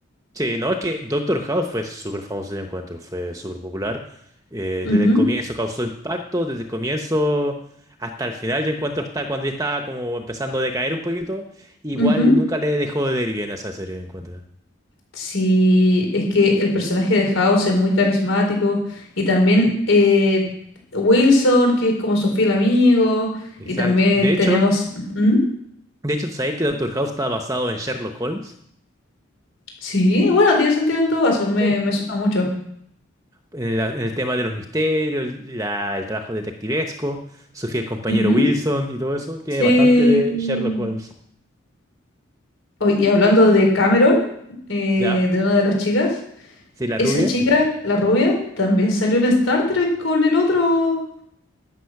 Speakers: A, on the right; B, on the left.
A: Sí, no, es que Doctor House fue súper famoso de encuentro, fue súper popular. eh,
B: Ujú,
A: desde el comienzo causó impacto, desde el comienzo hasta el final, yo encuentro hasta cuando ya estaba como empezando a decaer un poquito, igual
B: ujú.
A: nunca le dejó de ir bien a esa serie, yo encuentro.
B: Sí, es que el personaje de House es muy carismático. Y también eh, Wilson, que es como su fiel amigo.
A: Exacto.
B: Y también
A: De
B: tenemos.
A: hecho,
B: ¿Mm?
A: de hecho, ¿tú sabes que Doctor House está basado en Sherlock Holmes?
B: Sí, bueno, tiene sentido en todo caso. Me,
A: Sí,
B: me suena mucho.
A: En, la- en el tema de los misterios, la- el trabajo detectivesco, su fiel compañero
B: Ujú.
A: Wilson y todo eso, tiene
B: Sí.
A: bastante de Sherlock Holmes.
B: Oy, y hablando de Cameron, eh,
A: ¿Ya?
B: de una de las chicas,
A: Sí, la
B: esa
A: rubia.
B: chica, la rubia, también salió en Star Trek con el otro.